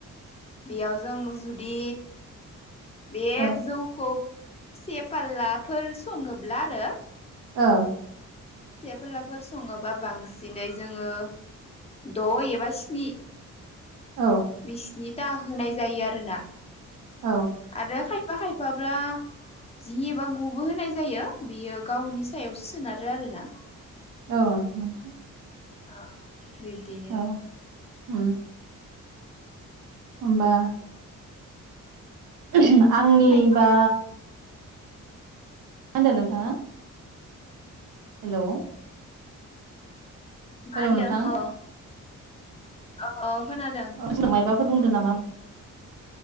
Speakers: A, on the left; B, on the right.
A: बेयाव जों जुदि बे
B: औ
A: जौखौ से फाललाफोर सङोब्ला आरो
B: औ
A: सेफालाफोर सङोबा बांसिनै जोङो द' एबा स्नि
B: औ
A: बिस नि दा होनाय जायो आरो ना
B: औ
A: आरो खाय खायफा- खायफाब्ला जि एबा गुबो होनाय जायो बियो गावनि सायावसो सोनारो आरोना
B: औ <unintelligible>
A: ओ बिब्दिनो
B: औ उम ओमबा <inaudible> आंनि
A: खायफा
B: बा मा होनदों नोंथाङा? हेलौ
A: मा
B: हेलौ
A: होनदों
B: नोंथां
A: अ अ खोनादों
B: औ जोंनाव मायबाफोर बुंदों नामा